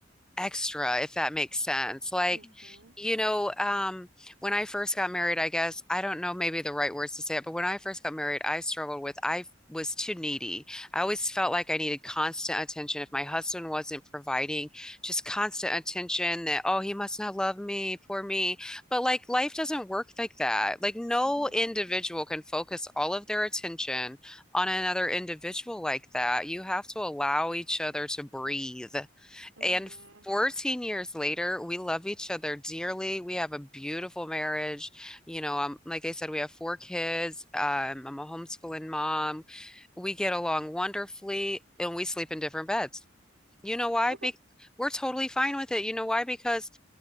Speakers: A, in the centre; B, on the right.
A: extra, if that makes sense. Like,
B: hmm
A: you know, um, when I first got married, I guess, I don't know maybe the right words to say it, but when I first got married, I struggled with, I was too needy. I always felt like I needed constant attention. If my husband wasn't providing just constant attention, that, oh, he must not love me, poor me. But like life doesn't work like that. Like no
B: hmm
A: individual can focus all of their attention on another individual like that. You have to allow each other to breathe.
B: hmm
A: And 14 years later, we love each other dearly. We have a beautiful marriage. You know, um, like I said, we have four kids. Um, I'm a homeschooling mom. We get along wonderfully and we sleep in different beds. You know why?
B: Okay.
A: Be we're totally fine with it. You know why? Because